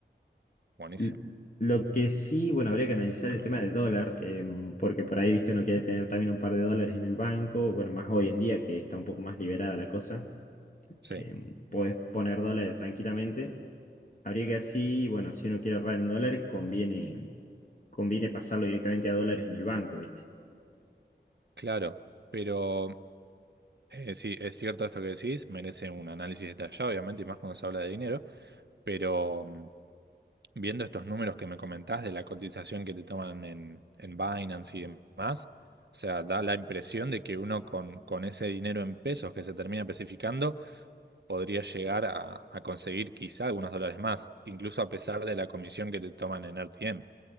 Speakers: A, on the right; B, on the left.
A: Buenísimo.
B: L- Lo que sí, bueno, habría que analizar el
A: <clears throat>
B: tema del dólar, em, porque por ahí, viste,
A: Ujú,
B: uno quiere tener también un par de dólares en el banco, bueno, más hoy en día que está un poco más liberada la cosa,
A: Sí,
B: em, podés poner dólares tranquilamente. Habría que ver si, bueno, si uno quiere ahorrar en dólares, conviene, conviene pasarlo directamente a dólares en el banco, ¿viste?
A: claro. Pero Eh, sí, es cierto esto que decís, merece un análisis detallado, obviamente, y más cuando se habla de dinero, pero mm, viendo estos números que me comentás de la cotización que te toman en, en Binance y demás, o sea, da la impresión de que uno con, con ese dinero en pesos que se termina especificando podría llegar a, a conseguir quizá algunos dólares más, incluso a pesar de la comisión que te toman en RTM,